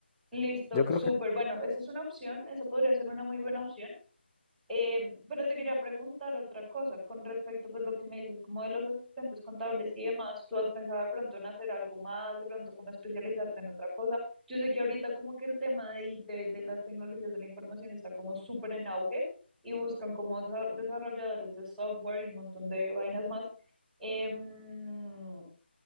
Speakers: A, in the centre; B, on the left.
A: Listo,
B: Yo creo
A: súper.
B: que,
A: Bueno, esa es una opción, esa podría ser una muy buena opción. Eh, pero te quería preguntar otra cosa con respecto, pues lo que me dices, como de los asistentes contables y demás, ¿tú has pensado de pronto en hacer algo más, de pronto como especializarte en otra cosa? Yo sé que ahorita como que el tema de IT, de las tecnologías de la información está como súper en auge y buscan como desa- desarrolladores de software y un montón de vainas más. Em,